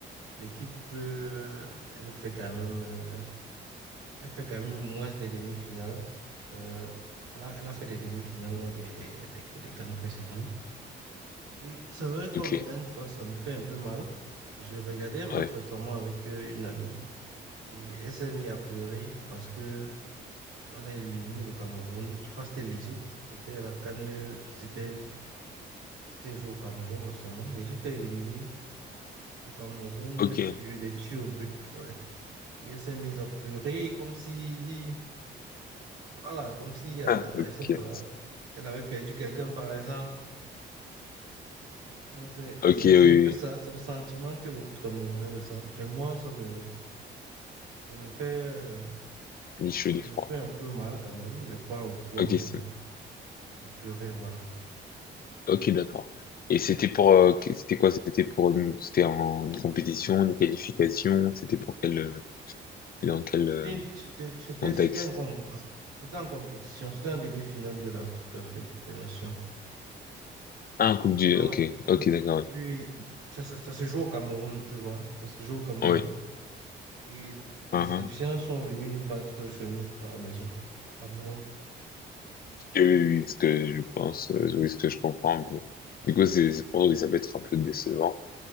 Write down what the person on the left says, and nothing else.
ok,
ouais,
ok,
Ah, ok,
ok,
oui,
oui,
ni chaud
ni
froid.
Ok,
c'est
Ok, d'accord. Et c'était pour, euh, que- c'était quoi? C'était pour, une- c'était en une compétition, des qualifications. C'était pour quel, euh, dans quel
euh,
contexte?
Ah, Coupe du,
ok, ok, d'accord.
Oui. Oui.
Ah, ah.
Oui, oui, oui, ce que je pense, euh, oui, ce que je comprends un peu. Du coup, c'est c'est pour oui, ça peut être un peu décevant.